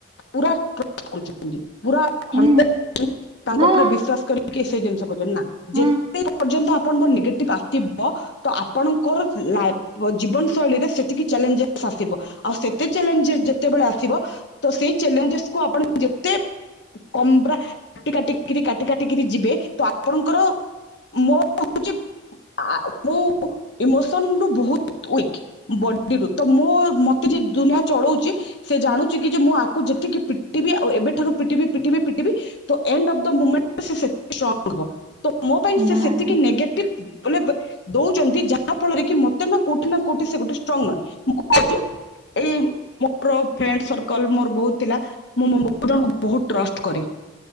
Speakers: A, on the left; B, on the right.
A: ପୁରା <unintelligible> ପୁରା
B: ହୁଁ
A: ଘଣ୍ଟ ତାଙ୍କ
B: ହଁ
A: ଉପରେ ବିଶ୍ୱାସ କରିକି ସେ ଜିନିଷ କଉଛନ୍ତି ନା ଯେତେ
B: ହଁ
A: ପର୍ଯ୍ୟନ୍ତ ଆପଣଙ୍କ ନେଗେଟିଭ ଆସ ଥିବ ତ ଆପଣଙ୍କର ଲାଇ ଜୀବନ ଶୈଳୀରେ ସେତିକି ଚ୍ୟାଲେଞ୍ଜେସ୍ ଆସିବ ଆଉ ସେତେ ଚ୍ୟାଲେଞ୍ଜେସ ଯେତେବେଳେ ଆସିବ ତ ସେଇ ଚ୍ୟାଲେଞ୍ଜେସ୍ କୁ ଆପଣ ଯେତେ କ ମ୍ବ୍ରା କାଟି କାଟିକରି କାଟି କାଟିକିରି ଯିବେ ତ ଆପଣଙ୍କର ମୋଉଛି ଆ ମୁଁ ଇମୋସନ ରୁ ବହୁତ ୱିକ। ବଡିରୁୁ ତ ମୁଁ ମତେ ଯ ଦୁନିଆ ଚଳଉଛି ସେ ଜାଣୁଛି କି ଯେ ମୁଁ ଆକୁ ଯେତିକି ପିଟିବି ଆଉ ଏବେଠାରୁ ପିଟିବି ପିଟିବି ପିଟିବି। ତ ଏଣ୍ଡ ଅଫ୍ ଦ ମୁମେଣ୍ଟ ସେ ସେତିକି ଷ୍ଟ୍ରଙ୍ଗ ହେବ ତ ମୋ ପାଇଁ ସେ
B: ନା
A: ସେତିକି
B: ନା
A: ନେଗେଟିଭ ବୋଲେ ଦଉଛନ୍ତି ଯାହା ଫଳରେ କି ମତେ ନା କୋଉଠି ନା କୋଉଠି ସେ ଗୋଟେ ଷ୍ଟ୍ରଙ୍ଗ ନୁହେଁ ମୁଁ କହୁଛି। ଏଇ ମୋର ଫ୍ରେଣ୍ଡ ସର୍କଲ ମୋର ବହୁତ ଥିଲା। ମୁଁ ମୁଁ ବୋ ଜଣଙ୍କୁ ବହୁତ ଟ୍ରଷ୍ଟ କରେ।